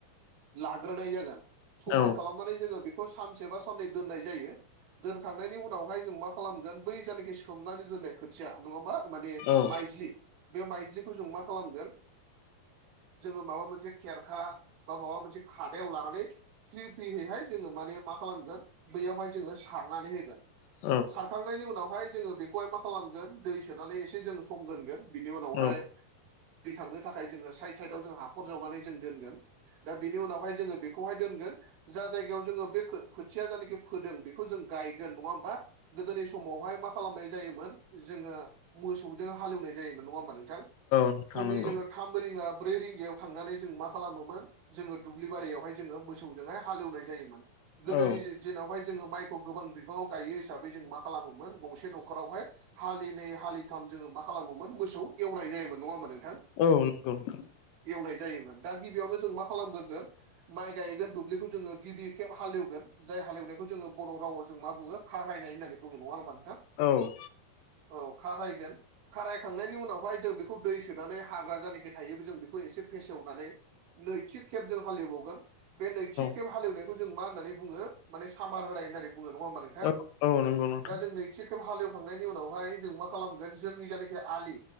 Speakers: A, on the right; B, on the left.
A: ला ग्रोनाय जागोन समान
B: औ
A: खालामनानै जोङो बेखौ सानसे बा साननै दोननाय जायो दोनखांनाय नि उनावहाय जों मा खालामगोन बै जानोखि सोमनानै दोनो खोथिया नङाबा माने
B: औ
A: माइज्लि बे माइज्लि खौ जों मा खालामगोन जोङो माबा मोनसे खेरखा बा माबा मोनसे खादायाव लानानै फ्रि फ्रियैहाय जोङो माने मा खालामगोन बैयावहाय जोङो सारनानै होगोन।
B: औ
A: सारखांनायनि उनावहाय जोङो बेखौहाय मा खालामगोन दै सोनानै एसे जोङो सम दोनगोन। बिनि उनावहाय
B: औ
A: दै थांनो थाखाय जोङो साइद साइदाव जों हाखर जावनानै जों दोनगोन दा बे नि उनावहाय जोङो बेखौहाय दोनगोन जा जायगायाव जोङो बे खोथिया जानोखि फोदों बेखौ जों गायगोन नङा ओमबा गोदोनि समावहाय मा खालामनाय जायोमोन जोङो मोसौजों हाल एवनाय जायोमोन नङा ओमबा नोंथां?
B: नोंथां
A: फुंनि
B: नंगौ
A: जोङो थाम रिंगा ब्रै रिंगायाव थांनानै जों मा खालामोमोन जोङो दुब्लि बारियावहाय जोङो मोसौजोंहाय हाल एवनाय जायोमोन गोदोनि
B: औ
A: जिनावहाय जोङो माइखौ गोबां बिबाङाव गायो हिसाबै जों मा खालामोमोन गंसे नखरावहाय हालिनै हालिथाम जोङो मा खालामोमोन मोसौ एवनाय जायोमोन नङा ओमबा नोंथां?
B: औ नंगौ नोंथां।
A: एवनाय जायोमोन दा गिबियावनो जों मा खालामग्रोगोन माइ गायगोन दुब्लिखौ जोङो गिबि खेब हाल एवगोन जाय हाल एवनायखौ जोङो बर' रावाव जों मा बुङो खारायनाय होननानै बुङो नङा ओमबा नोंथां?
B: औ
A: औ खारायगोन खारायखांनायनि उनावहाय जों बेखौ दै सोनानै हाग्रा जायनाखि थायो जों बेखौ एसे फेसेवनानै नैथि खेब जों हाल एवबावगोन बे नैथि खेब
B: औ
A: हाल एवनायखौ जों मा होननानै बुङो माने सामार होनाय होननानै बुङो नङा ओमबा नोंथां
B: औ औ नंगौ नोंथां
A: दा जों नैथि खेब हाल एवखांनायनि उनावहाय जों मा खालामगोन जोंनि जायनोखि आलि